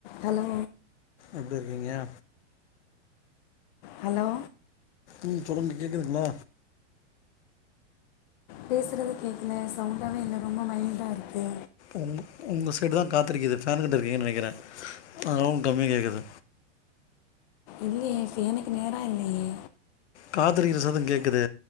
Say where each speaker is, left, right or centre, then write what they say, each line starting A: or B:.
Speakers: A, on the left; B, on the left.
A: hello
B: எப்டி இருக்கீங்கா
A: hello
B: ம் சொல்லுங்க கேக்குதுங்களா
A: பேசுறதே கேட்கல சவுண்டாவே இல்ல ரொம்ப மைல்டா இருக்கு
B: உங்க உங்க சைடுதா காத்தடிக்கிது ஃபேனு கிட்ட இருக்கீங்கன்னு நெனைக்கிறே அதா உங்களுக் கம்மியா கேட்குது
A: இல்லியே ஃபேனுக்கு நேரா இல்லியே
B: காத்தடிக்கிற சத்தோ கேட்குதே